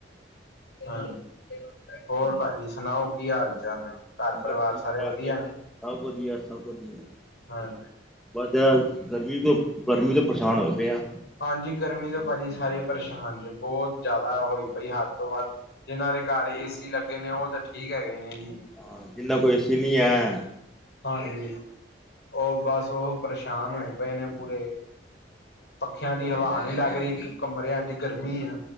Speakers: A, on the left (about 65°); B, in the centre.
A: ਹਾਂ, ਹੋਰ ਭਾਜੀ ਸੁਣਾਓ ਕੀ ਹਾਲ-ਚਾਲ ਨੇ? ਘਰ-ਪਰਿਵਾਰ
B: ਬਸ ਠੀਕ
A: ਸਾਰੇ
B: ਠਾਕ
A: ਵਧੀਆ ਨੇ?
B: ਸਭ ਵਧੀਆ, ਸਭ ਵਧੀਆ।
A: ਹਾਂ।
B: ਬਸ ਯਾਰ, ਗਰਮੀ ਤੋਂ, ਗਰਮੀ ਤੋਂ ਪਰੇਸ਼ਾਨ ਹੋਏ ਪਏ ਆ।
A: ਹਾਂਜੀ ਗਰਮੀ ਤੋਂ ਭਾਜੀ ਸਾਰੇ ਪਰੇਸ਼ਾਨ ਜੇ, ਬਹੁਤ ਜ਼ਿਆਦਾ ਹੋਈ ਪਈ ਹੱਦ ਤੋਂ ਵੱਧ। ਜਿਨਾਂ ਦੇ ਘਰ ਏਸੀ ਲੱਗੇ ਨੇ, ਉਹ ਤਾ ਠੀਕ ਹੈਗੇ ਨੇ ਜੀ।
B: ਹਾਂ, ਜਿੰਨਾ ਕੋਈ ਏਸੀ ਨਹੀਂ ਹੈ
A: ਹਾਂਜੀ, ਉਹ ਬਸ ਉਹ ਪਰੇਸ਼ਾਨ ਹੋਏ ਪਏ ਨੇ ਪੂਰੇ। ਪੱਖਿਆਂ ਦੀ ਹਵਾ ਨੀ ਲੱਗ ਰਹੀ, ਇੱਕ ਕਮਰਿਆਂ'ਚ ਗਰਮੀ ਆ।